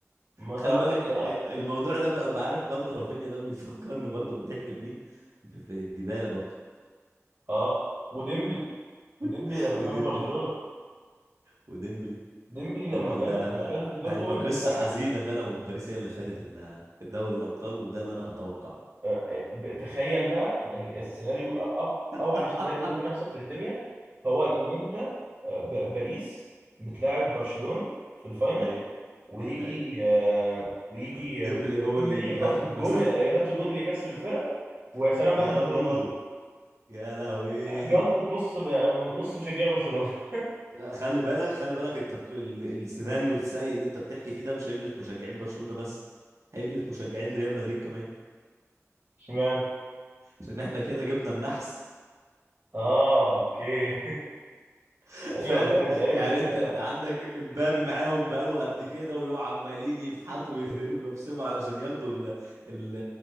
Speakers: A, on the right; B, on the right.
A: ما
B: خلي
A: تعرفش
B: بالك ا-
A: بقى
B: ا- الموضوع ده بقى بعرف برضه رافينيا ده بيفكرني برضه بالضحك في مين ب- في ديبالا برضه
A: اه وديمبلي وديمبلي
B: <laughs>
A: لما
B: وديمبلي
A: كان في برشلونه
B: وديمبلي
A: ديمبلي
B: ديمبلي
A: لما جاك
B: ده
A: لما كان في دورتموند
B: هيبقى قصة
A: ده كان
B: حزينة ده لو باريس هي اللي خدت ال- دوري الأبطال وده اللي أنا أتوقعه
A: آه، آه، ب- تخيل بقى يعني السيناريو أ- أ- اوحش
B: <laughs>
A: سيناريو ممكن يحصل في الدنيا هو ان انت آه، ب- باريس بتلاعب برشلونه في الفاينل
B: ايوه
A: ويجي
B: ايوه
A: آه، ويجي
B: ديمبلي
A: آه،
B: هو
A: ديمبلي
B: اللي يجيب
A: يحط
B: هاتريك
A: الجون
B: مثلا
A: يحط الجون اللي يكسب الفرقه ويا سلام
B: <laughs>
A: بياخد
B: يابا
A: البالون دور
B: يا لهوي
A: جلطة نص ب... نص مشجع برشلونة
B: خلي بالك خلي بالك انت ك- ال- السيناريو السيء اللي انت بتحكي فيه ده مش هيجلط مشجعين برشلونة بس هيجلط مشجعين ريال مدريد كمان
A: <laughs> اشمعنى
B: عشان احنا كده جبنا النحس
A: اه اوكي <laughs>
B: <laughs>
A: ايوه
B: فاهم
A: مبابي ايوه
B: يعني
A: مبابي
B: انت انت
A: آه.
B: عندك امبابي معاهم بقاله قد كده ويقعوا عمالين يفحطوا ويهريروا نفسهم علشان ياخدوا ال ال